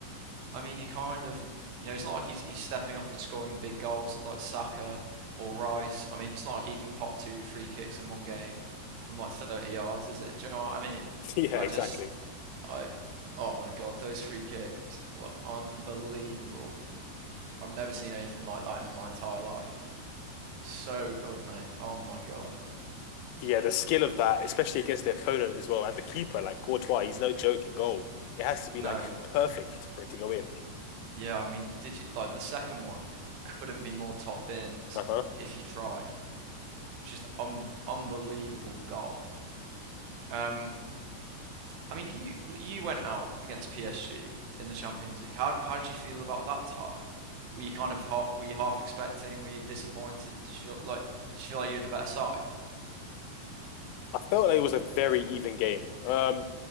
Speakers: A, on the right; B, on the left.
A: I mean, he kind of, you know, it's not like he's he's stepping up and scoring big goals like Saka or Rice. I mean, it's not like he can pop two free kicks in one game from like 30 yards, is it? Do you know what I mean?
B: Yeah,
A: I
B: exactly.
A: just, I, oh my God, those free kicks were unbelievable. I've never seen anything like that in my entire life. So good, mate. Oh my God.
B: Yeah, the skill of that, especially against the opponent as well, and the keeper, like Courtois, he's no joke in goal. It has to be
A: No,
B: like perfect for it to go in.
A: yeah, I mean, did you like the second one? Couldn't be more top bins
B: Uh huh.
A: if you tried. It was just un unbelievable goal. Um, I mean, you you went out against PSG in the Champions League. How how did you feel about that tie? Were you kind of half, were you half expecting? Were you disappointed? Did you feel like did you feel like you were the better side?
B: I felt like it was a very even game. Um,